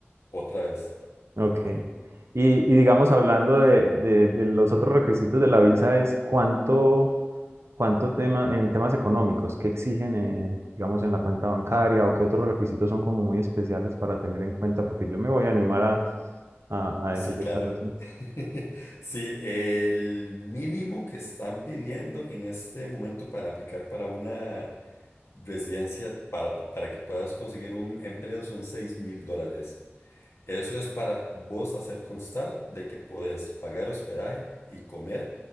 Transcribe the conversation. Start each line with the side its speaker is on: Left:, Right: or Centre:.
Left: otra vez.
Right: Ok. Y, y digamos, hablando de, de- de los otros requisitos de la visa, es cuánto, cuánto tema, en temas económicos, qué exigen, eh, digamos, en la cuenta bancaria o qué otros requisitos son como muy especiales para tener en cuenta, porque yo me voy a animar a, a, a
Left: Sí,
Right: eso que
Left: claro.
Right: estás haciendo.
Left: <laughs> Sí, el mínimo que están pidiendo en este momento para aplicar para una residencia, para, para que puedas conseguir un empleo son seis mil dólares. Eso es para vos hacer constar de que podés pagar hospedaje y comer